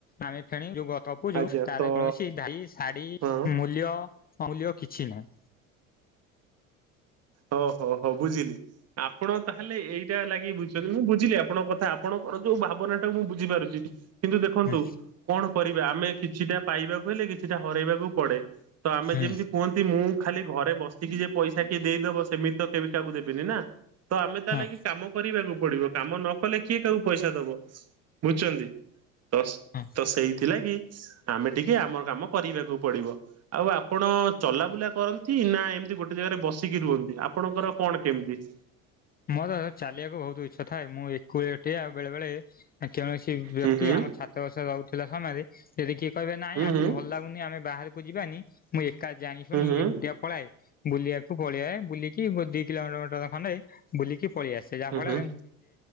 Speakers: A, on the left (about 20°); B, on the right (about 35°).
A: ଆମେ ଫେଣି ଯୋଉ ଗତ ପୁଚୁ
B: ଆଜ୍ଞା
A: ତାର
B: ତ
A: କୌଣସି ଭ୍ୟାଲି ଶାଢି
B: ହଁ
A: ମୂଲ୍ୟ ମୂଲ୍ୟ କିଛି ନାହିଁ।
B: ଓ ହୋ ହୋ ବୁଝିଲି ଆପଣ ତାହେଲେ ଏଇଟା ଲାଗି ବୁଝି ଯଦି ମୁଁ ବୁଝିଲି ଆପଣଙ୍କ କଥା ଆପଣଙ୍କର ଯୋଉ ଭାବନା ଟାକୁ ମୁଁ ବୁଝିପାରୁଚି କିନ୍ତୁ ଦେଖନ୍ତୁ
A: ହୁଁ
B: କଣ କରିବା ଆମେ କିଛିଟା ପାଇବାକୁ ହେଲେ କିଛିଟା ହରାଇବାକୁ ପଡେ ତ ଆମେ
A: ହୁଁ
B: ଯେମିତି କୁହନ୍ତି ମୁଁ ଖାଲି ଘରେ ବସିକି ଯେ ପଇସା କିଏ ଦେଇଦବ ସେମିତି ତ କେହି କାହାକୁ ଦେବିନି ନା। ତ ଆମେ ତାଲାଗି
A: ହଁ
B: କାମ କରିବାକୁ ପଡିବ କାମ ନ କଲେ କିଏ କାହାକୁ ପଇଷା ଦବ ବୁଝୁଚନ୍ତି। ତ
A: ହଁ ହଁ।
B: ତ ସେଇଥି ଲାଗି ଆମେ ଟିକେ ଆମର କାମ କରିବାକୁ ପଡିବ ଆଉ ଆପଣ ଚଲାବୁଲା କରନ୍ତି ନା ତି ଗୋଟେ ଜାଗାରେ ବସିକି ରୁହନ୍ତି ଆପଣଙ୍କର କଣ କେମିତି?
A: ମୋର ଚାଲିବାକୁ ବହୁତ ଇଚ୍ଛା ଥାଏ ମୁଁ <unintelligible> ଆଉ ବେଳେ ବେଳେ କୌଣସି ବ୍ୟକ୍ତି
B: ହୁଁ ହୁଁ
A: ଆମ ଛାତ ବର୍ଷା ରହୁଥିଲା ସମୟରେ ଯଦି କିଏ କହିବେ ନାଇଁ
B: ହୁଁ
A: ଆଜି
B: ହୁଁ
A: ଭଲ ଲାଗୁନି ଆମେ ବାହାରକୁ ଯିବାନି, ମୁଁ ଏକା ଜାଣି ଶୁଣି
B: ହୁଁ ହୁଁ ହୁଁ
A: ଏକୁଟିଆ ପଳାଏ, ବୁଲିବାକୁ ପଳାଏ ବୁଲି ଦି କିଲୋମିଟର ମଟର ବୁଲିକି ପଳେଇ ଆସେ ଯାହା ଫଳ
B: ହୁଁ